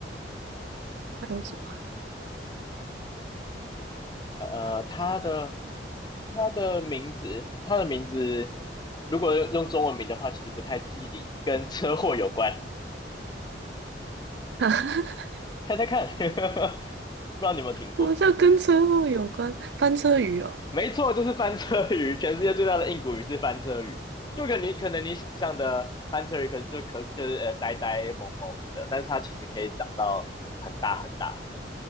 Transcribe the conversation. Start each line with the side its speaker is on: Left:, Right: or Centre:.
Right: 还有什么？
Left: 呃，它的它的名字，它的名字，如果用中文名的话，其实不太吉利，跟车祸有关。
Right: <laughs>
Left: 猜猜看，<laughs> 不知道你有没有听过？
Right: 我这跟车祸有关？翻车鱼哦，
Left: 没错，就是翻车鱼，全世界最大的硬骨鱼是翻车鱼，就跟你可能你想象的翻车鱼可能就可就是呃呆呆萌萌的，但是它其实可以长到很大很大，